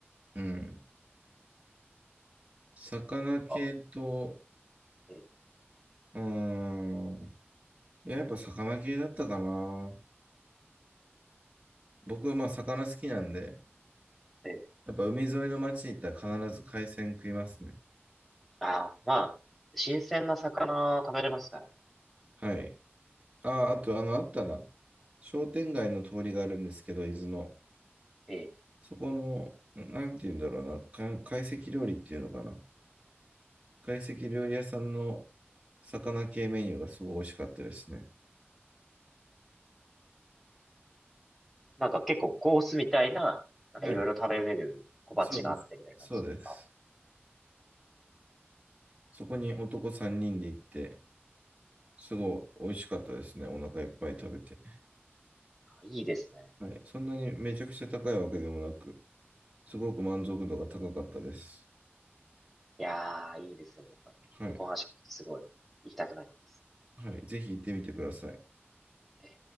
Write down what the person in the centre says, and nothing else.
ー、なんか、え
ー、えー、
ああ、まあ、新鮮な魚食べれますからね。
ええ
なんか結構コースみたいな、なんかいろいろ食べれる小鉢があってみたいな感じですか
あいいですね。
いやー、いいですね。やっぱり、
旅行の話聞くとすごい行きたくなります。
えー